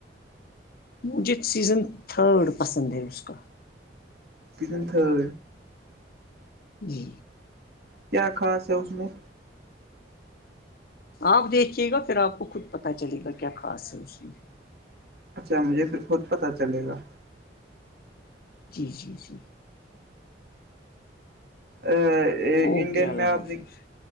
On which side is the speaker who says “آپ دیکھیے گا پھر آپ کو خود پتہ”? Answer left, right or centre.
Left